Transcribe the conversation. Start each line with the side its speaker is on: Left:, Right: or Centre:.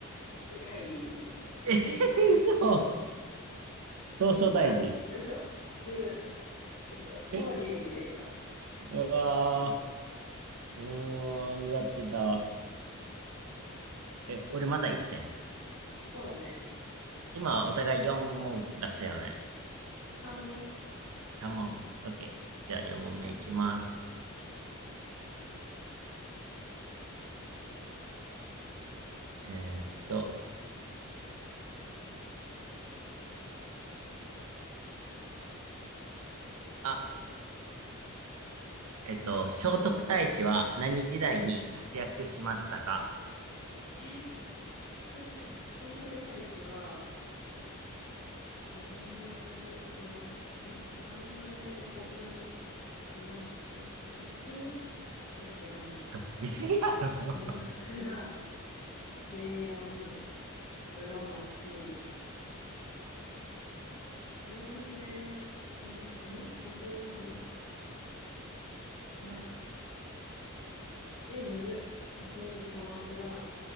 Left: 世界。
Right: えー、嘘。東照大寺。
Left: あ、嘘。ブー。えっと、法隆寺でした。
Right: え、うわー、うーん、苦手だ。え、俺まだ1点
Left: そうね。
Right: 今、お互い4問出したよね。
Left: 三門。
Right: カモン。
Left: あ
Right: オッケー。じゃあ4問目いきます。えーっと、あえっと、聖徳太子は何時代に活躍しましたか
Left: うん。えーっとね、聖徳太子は、え縄文弥生、鎌、ん縄文弥生、古墳、鎌倉、古墳いや、違うの
Right: 飛びすぎやろ。<laughs>
Left: 鎌倉、平安、室町、縄文弥生、鎌、ん古墳、鎌、いや、え、むずっ。古墳、鎌倉、